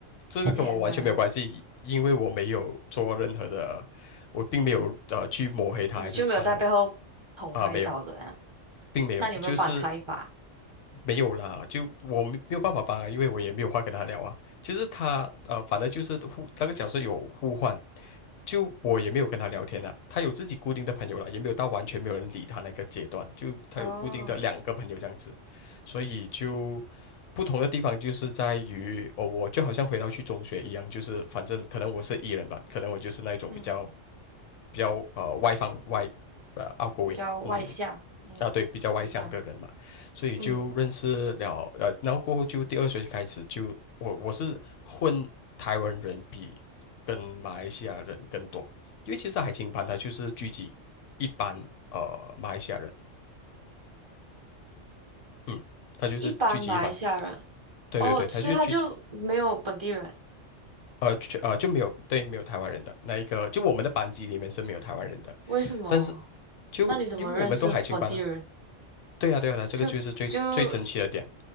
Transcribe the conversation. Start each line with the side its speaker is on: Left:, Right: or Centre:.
Left: 这个跟我完全没有关系，
Right: 天哪，
Left: 因为我没有做任何的，我并没有呃去抹黑他还是唱
Right: 你就没有在背后捅他一刀的样？
Left: 啊、没有，并没有，
Right: 那你有没有帮他一把？
Left: 就是。没有啦，就我没没有办法帮啊，因为我也没有话跟他聊啊。就是他呃，反正就是互那个角色有互换，就我也没有跟他聊天了。他有自己固定的朋友了，也没有到完全没有人理他那个阶段，就他有固定的两个朋友这样子，
Right: 哦，
Left: 所以就不同的地方就是在于，哦，我就好像回到去中学一样，就是反正可能我是 E 人吧，可能我就是那一种比较
Right: 嗯，
Left: 比较呃外放外呃 outgoing，
Right: 比较外向，
Left: 嗯
Right: 嗯，
Left: 啊对，比较外向的人嘛。
Right: 明白，
Left: 所以就认识了，
Right: 嗯，
Left: 呃，然后过后就第二学期开始就我我是混台湾人比跟马来西亚人更多，因为其实海青班它就是聚集一班呃马来西亚人，嗯，它就是聚集一班，
Right: 一般马来西亚人
Left: 对对对，
Right: 哦，
Left: 它就聚集
Right: 所以他就没有本地人，
Left: 呃全呃就没有对没有台湾人的那一个，就我们的班级里面是没有台湾人的，
Right: 为什么？
Left: 但是就因为我们都海青班啊，
Right: 那你怎么认识本地人？
Left: 对啊对啊，对啊这个就是最最神奇的点。
Right: 就就